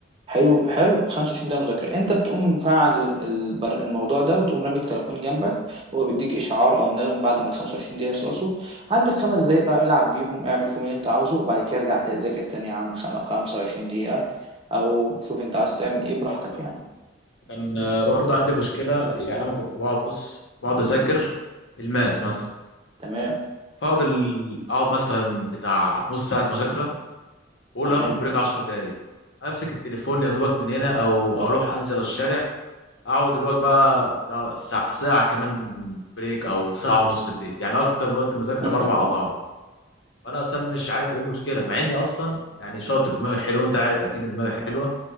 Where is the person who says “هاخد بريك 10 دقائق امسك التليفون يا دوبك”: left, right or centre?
Left